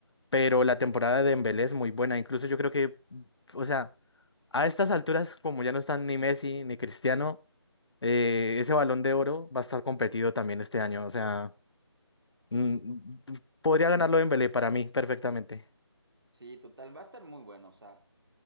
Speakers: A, on the left; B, on the right.
A: pero la temporada de Dembélé es muy buena. Incluso yo creo que, o sea, a estas alturas, como ya no están ni Messi ni Cristiano, eh, ese Balón de Oro va a estar competido también este año. O sea, mm, podría ganarlo Dembélé para mí perfectamente.
B: Sí, total, va a estar muy bueno. O sea,